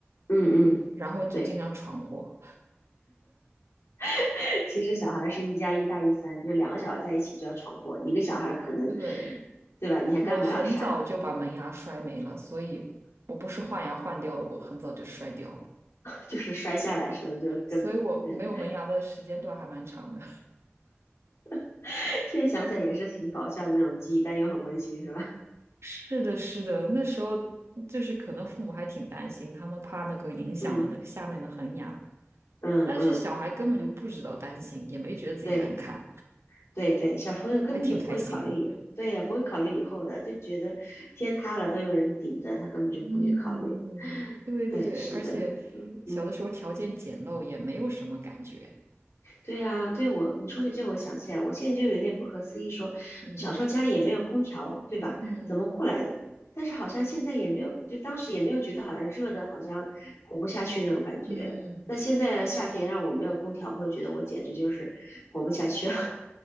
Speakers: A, on the left (about 80°); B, on the right (about 70°).
A: 嗯嗯，
B: 然后就经常闯祸。
A: 对，<laughs> 其实小孩是一加一大于三，就是两个小孩在一起就要闯祸，一个小孩可能，
B: 对。
A: 对吧？你还干不了啥，
B: 我很早就把门牙摔没了，所以我不是换牙换掉了，我很早就摔掉了，
A: <laughs> 就是摔下来是不是就跟跟，
B: 所以我没有门牙的时间段还蛮长的。<laughs>
A: <laughs> 现在想起来也是挺搞笑的那种记忆，但又很温馨，是吧？
B: 是的，是的，那时候就是可能父母还挺担心，他们怕那个影响了那个下面的恒牙，
A: <laughs> 嗯嗯嗯，
B: 但是小孩根本就不知道担心，也没觉得自己难看，
A: 对。对对，小朋友根本就不会考虑以，
B: 还挺开心的
A: 对呀，不会考虑以后的，就觉得天塌了都有人顶着，他根本就不会去考虑。
B: 嗯，对对对，
A: 对，是的，
B: 而且
A: 嗯嗯，
B: 小的时候条件简陋，也没有什么感觉。
A: 对呀，对我，你说起这个，我想起来，我现在就有点不可思议说，
B: 嗯
A: 小时候家里也没有空调，对吧？
B: 嗯
A: 怎么过来的？但是好像现在也没有，就当时也没有觉得好像热的，好像活不下去那种感觉。
B: 嗯。
A: 但现在夏天让我没有空调，我会觉得我简直就是活不下去了。<laughs>